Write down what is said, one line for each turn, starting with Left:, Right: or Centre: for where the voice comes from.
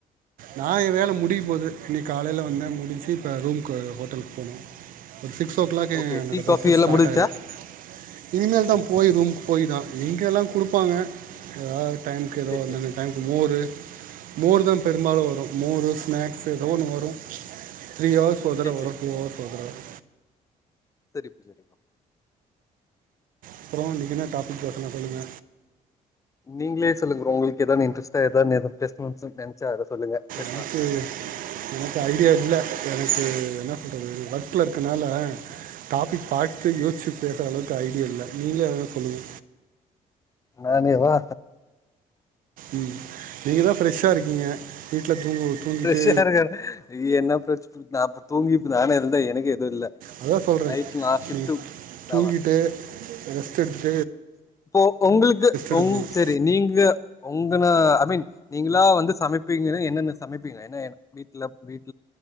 Right: நா ஏ வேல முடிய போது இன்னைக்கு காலைல வந்தே முடிச்சு இப்ப ரூம்க்கு ஹோட்டல் க்கு போணு ஒரு சிக்ஸ் ஓ கிளாக்கே
Left: ஓகே
Right: என்னோட
Left: டீ
Right: பஸ்ஸு
Left: காஃபி எல்லா
Right: ஸ்டார்ட்
Left: முடிஞ்ச்சா
Right: ஆகிரிடு இனிமேல் தா போய் ரூம் போய் தா இங்கெல்லா குடுப்பாங்க <unintelligible> டைம் கோ எதோ
Left: சேரி சேரி
Right: டைம் <unintelligible> மோரு மோர் தா பெரும்பாலு வரு மோரு ஸ்நாக்ஸு எதோ ஒன்னு வரு த்ரீ ஹவர்ஸ்க் ஒரு
Left: சேரி
Right: தர வரு
Left: சேரி
Right: டூ ஹர்வர்ஸ்க் ஒரு தர வரு
Left: செரிப்பா செரிப்பா
Right: அப்ற இன்னைக்கு என்ன டாபிக் பேஸ்லா சொல்லுங்க
Left: நீங்களே சொல்லு ப்ரோ ஒங் எதோன்னு இன்ட்ரெஸ்டா எதன்னு எத பேச <unintelligible> நெனச்சா அத சொல்லுங்க பேஸ்லா
Right: எனக்கு எனக்கு ஐடியா இல்லை எனக்கு என்ன சொல்றது ஒர்க்ல இருக்கறனால டாபிக் பாத்து யோசிச்சு பேசுற அளவுக்கு ஐடியா இல்ல நீங்களே எதாது சொல்லுங்க
Left: நானே வா
Right: ம் நீங்க தா பிரெஷ்ஷா இருக்கீங்க வீட்டில் தூங்கு தூங்கிட்டு
Left: பிரஷ்சாருக்காரு என்ன பிரச் நா இப்ப தூங்கிட் நானே இருந்தே எனக்கே எதுவு இல்ல
Right: அதா சொல்றே
Left: நைட் நா ஷிஃப்ட்டு
Right: நீங் தூங்கிட்டு
Left: ஆமா
Right: ரெஸ்ட் எடுத்துட்
Left: இப்போ ஒங்ளுக்கு
Right: எடுக்கணும்
Left: ஒங் செரி நீங்க ஒங்கன ஐ மீன் நீங்ளா வந்து சமைப்பீங்கன்னா என்னென்ன சமைப்பீங்க என்ன வீட்ல வீட்